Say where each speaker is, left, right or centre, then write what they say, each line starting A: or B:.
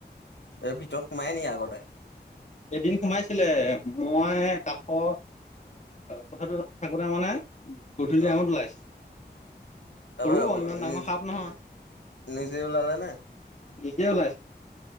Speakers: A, on the left (about 85°); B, on the left (about 40°).
A: এই ভিতৰত সোমাই নেকি আগতে।
B: এদিন সোমাইছিলে মই কাষৰ কুঠাটো। থাকোতে মানে গধূলি
A: অ
B: ডমত ওলাইছে সৰু
A: তাৰপৰা
B: ব ইমান ডাঙৰ
A: নিজ
B: সাপ। নহয়
A: নিজে ওলালে নে।
B: নিজেই ওলাইছে।